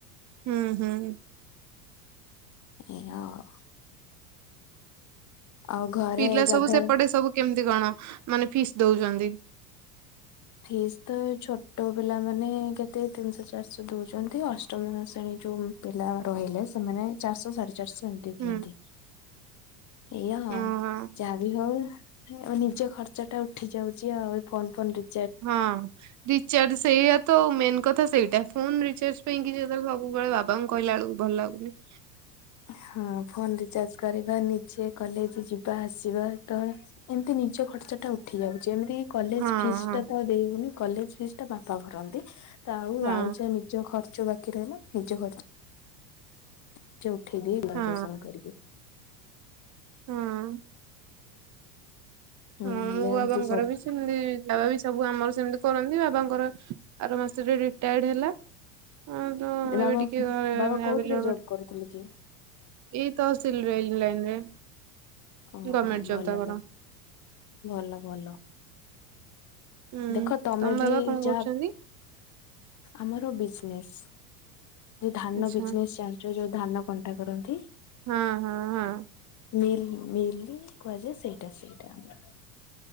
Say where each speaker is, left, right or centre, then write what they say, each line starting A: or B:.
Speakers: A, on the right; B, on the left.
A: ହୁଁ ହୁଁ
B: ଏଆ ଆଉ ଆଉ ଘରେ
A: ପିଲା ସବୁ
B: ଗାଧୁଆଳ
A: ସେପଟେ ସବୁ କେମିତି କଣ ମାନେ ଫିସ୍ ଦଉଛନ୍ତି?
B: ଫିସ୍ ତ ଛୋଟ ପିଲାମାନେ କେତେ ତିନିଶହ ଚାରିଶହ ଦଉଛନ୍ତି ଅଷ୍ଟମ ଶ୍ରେଣୀ ଯଉଁ ପିଲା ରହିଲେ ସେମାନେ ଚାରିଶହ ସାଢେ ଚାରିଶହ ଏମିତି
A: ହୁଁ
B: ଦିଅନ୍ତି। ଏଇଆ
A: ହଁ
B: ଆଉ ଯାହା ବିି ହଉ ନିଜ ଖର୍ଚ୍ଚ ଟା ଉଠି ଯାଉଛି ଆଉ ଏ ଫୋନ ଫୋନ ରି
A: ହଁ ରିଚାର୍ଜ ସେଇଆ ତ ମେନ୍ କଥା ସେଇ ତା ଫୋନ୍ ରିଚାର୍ଜ ପାଇଁକ କି ଯେତେବେଳେ ସବୁବେଳେ ବାବାଙ୍କୁ କହିଲା ବେଳକୁ ଭଲ ଲାଗୁନି।
B: ହଁ ଫୋନ୍ ରିଚାର୍ଜ କରିବା, ନିଜେ କଲେଜ୍ ଯିବା ଆସିବା ତ ଏମିତି ନିଜ ଖର୍ଚ୍ଚ ଟା ଉଠି ଉଠି ଯାଉଛି ଏମିତି କଲେଜ୍
A: ହଁ
B: ଫିସ୍
A: ହଁ
B: ଟା ତ ଦେଇ ହଉନି କଲେଜ୍ ଫିସ୍ ଟା ବାପା ଭରନ୍ତି। ତ ଆଉ
A: ହଁ
B: ଆଉ ଯାହା ନିଜ ଖର୍ଚ ବାକି ରହିଲା ନିଜ ଖର୍ଚ୍ଚ ନିଯେ ଉଠେଇଦିଏ ଟିଉସନ୍
A: ହଁ
B: କରିକି।
A: ହଁ। ହଁ
B: ନହେଲେ
A: ମୋ ବାବାଙ୍କର
B: ଏମତି ସବୁ
A: ବି ସେ ସେମିତି ବାବାବି ସବୁ ଆମର ସେମିତି କରନ୍ତି ବାବାଙ୍କର ଆର ମାସରେ ରିଟାୟାର୍ଡ ହେଲା। ଆଉ ତ
B: ବାବା
A: ଏବେ ଟିକେ ଘରେ
B: ବାବା
A: ଭାବିଲ
B: କୋଉଥିରେ
A: <unintelligible>
B: ଜବ୍ କରୁଥିଲେ କି?
A: ଏଇ ତହସିଲ୍ ରେଲ୍ ଲାଇନ୍ ରେ
B: ଓହୋ
A: ଗଭର୍ମେଣ୍ଟ ଜବ୍
B: ଭଲ
A: ତାଙ୍କର।
B: ତ ଭଲ ଭଲ।
A: ହୁଁ
B: ଦେଖ ତମେ
A: ତମ ବାବା
B: ବି
A: କଣ କରୁଛନ୍ତି?
B: ଯାହା ଆମର ବିଜନେସ୍ ଯେ ଧାନ
A: ଆଚ୍ଛା
B: ବିଜନେସ୍ ଚାଲି ଯୋଉ ଯୋଉ ଧାନ କଣ୍ଟା କରନ୍ତି।
A: ହଁ ହଁ ହଁ।
B: ମିଲ୍ ମିଲ୍ କୁହାଯାଏ ସେଇଟା ସେଇଟା ଆମର।